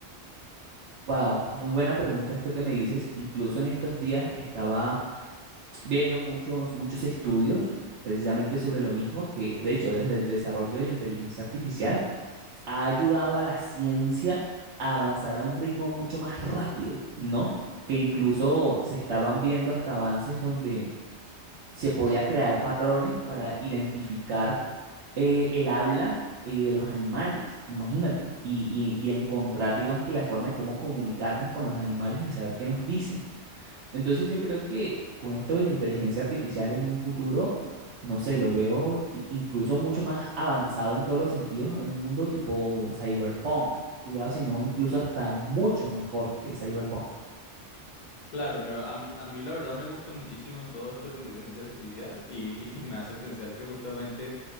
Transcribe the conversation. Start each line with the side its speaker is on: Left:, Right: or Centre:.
Right: Wow, muy buena pregunta esto que me dices. Incluso en estos días estaba viendo muchos, muchos estudios precisamente sobre lo mismo, que de hecho desde el desarrollo de la inteligencia artificial ha ayudado a la ciencia a avanzar a un ritmo mucho más rápido, ¿no? Que incluso se estaban viendo hasta avances donde se podía crear patrones para identificar eh, el habla eh, de los animales, imagínate, y, y- y encontrar, digamos que la forma de cómo comunicarnos con los animales y saber qué nos dicen. Entonces yo creo que con esto de la inteligencia artificial en un futuro, no sé, lo veo ti- incluso mucho más avanzado en todos los sentidos, en un mundo tipo cyberpunk. Cuidado, sino incluso hasta mucho mejor que cyberpunk.
Left: Claro, claro. A mí, a mí la verdad me gusta muchísimo todo esto de la inteligencia artificial y, y <laughs> me hace pensar que justamente